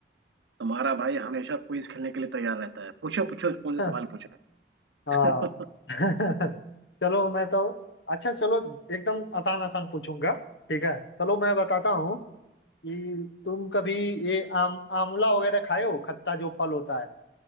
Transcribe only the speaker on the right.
तुम्हारा भाई हमेशा क्विज खेलने के लिए तैयार रहता है पूछो पूछो कौन
से सवाल पूछना
है <laughs>